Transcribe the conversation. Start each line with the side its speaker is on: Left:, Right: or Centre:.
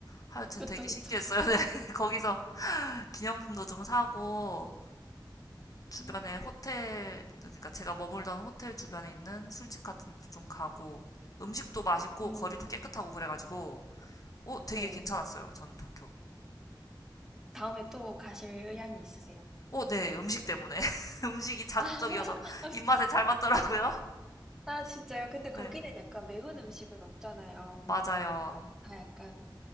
Left: 하여튼
Centre: 그쵸,
Left: 되게
Centre: 그쵸.
Left: 신기했어요. <laughs> 네, 거기서 기념품도 좀 사고 주변에
Centre: 아,
Left: 호텔, 그러니까 제가 머물던 호텔 주변에 있는 술집 같은 데도 좀 가고, 음식도 맛있고,
Centre: 음,
Left: 거리도 깨끗하고 그래가지고, 어, 되게
Centre: 네.
Left: 괜찮았어요. 저는 도쿄.
Centre: 다음에 또 가실 의향이 있으세요?
Left: 어, 네, 음식 때문에. <laughs> 음식이 자극적이어서
Centre: <laughs> 아, 진-
Left: 입맛에 잘 맞더라고요. <laughs>
Centre: 아, 진짜요? 근데
Left: 네,
Centre: 거기는 약간 매운 음식은 없잖아요.
Left: 맞아요.
Centre: 다 약간